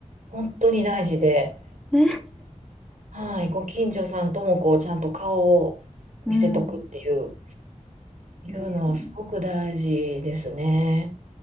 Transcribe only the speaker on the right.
本当に大事で、
はい、ご近所さんともこう、ちゃんと顔を見せとくっていう、
いうのはすごく大事ですね。